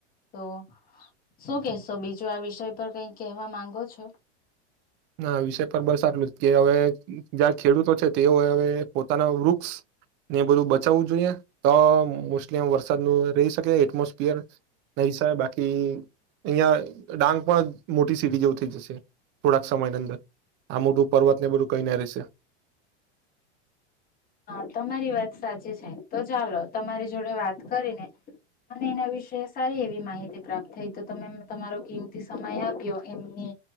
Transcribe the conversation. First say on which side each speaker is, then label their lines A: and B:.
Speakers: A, on the left; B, on the right.
A: તો શું કેશો બીજું આ વિષય પર કઈ કહેવા માંગો છો?
B: ના વિષય પર બસ આટલું જ કે હવે જ્યાં ખેડૂતો છે તેઓ હવે પોતાના વૃક્ષ ને બધું બચાવવું જોઈએ તો મોસ્ટલી આ વરસાદ ન રહી શકે એટમોસફિયર નહી શ બાકી અહં ડાંગ પણ મોટી સીટી જેવું થઈ જશે. થોડાક સમયની અંદર આ મોટું પર્વત ને બધું કઈને રહેશે.
A: હા તમારી વાત સાચી છે, તો ચાલો તમારી જોડે વાત કરીને મને એના વિશે સારી એવી માહિતી પ્રાપ્ત થઈ, તો તમે તમારો કિંમતી સમય આપ્યો એમને